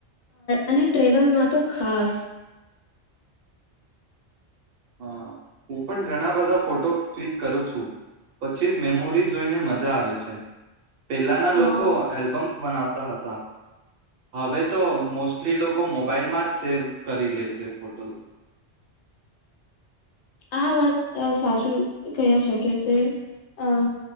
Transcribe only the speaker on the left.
અને ટ્રેવલમાં તો ખાસ.
અ
આ વાત સાચું કહીયા શકે તે, અ